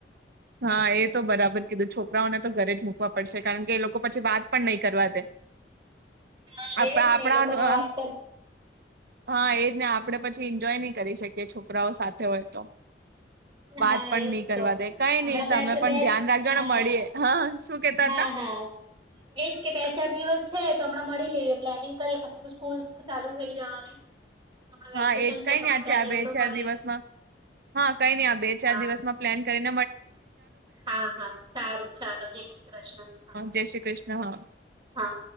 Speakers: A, on the right; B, on the right.
A: હા, એ તો બરાબર કીધું છોકરાઓને તો ઘરે જ મુકવા પડશે કારણ કે એ લોકો પછી વાત પણ નહીં કરવા દે.
B: હા,
A: આપ
B: એજ
A: આપણા
B: ને લોકો ને વાત કર
A: હા, એ જને આપણે પછી એન્જોય નહી કરી શક કે છોકરાઓ સાથે હોય તો. વાત
B: હા
A: પણ
B: એજ
A: નહી કરવા
B: તો
A: દે. કઈ
B: હમણાં
A: નહી
B: બે
A: તમે
B: ત
A: પણ
B: બે
A: ધ્યાન રાખજો
B: હા
A: ને મળીએ હા શું કેતા
B: હા
A: હતા?
B: હા એજ એજ કે બે ચાર દિ વસ છે તો હમણાં મળી લઈએ પ્લાનિંગ કરીએ પછી તો સ્કૂલ ચાલુ થઈ જવાની. હમણાં
A: હા,
B: વેકેશન
A: એજ કઈ
B: ત્રણ
A: ને ચાર છે આ
B: દિવસ
A: બે
B: તો
A: ચાર
B: મળીએ
A: દિવસમાં હા, કઈ નઈ આ બે ચાર
B: હા
A: દિવસમાં પ્લાન કરીન
B: હા હા સારું ચાલો. જય શ્રી કૃષ્ણ. હા
A: જય શ્રી કૃષ્ણ હા
B: હા.